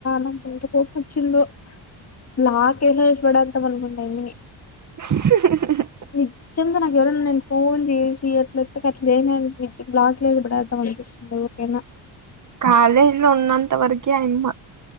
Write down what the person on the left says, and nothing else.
నాకు ఎంత కోపం వచ్చిందో లాక్ఎలేసి పడేతాం అనుకుంటి ఆ అమ్మిని
నిజ్జంగా నాకు ఎవరైన నేను ఫోన్ చేసి ఎట్ల ఎత్తక అట్లే చేసినారుకో నిజం బ్లాక్ లేదు పడద్దాం అనిపిస్తుంది ఎవరికైనా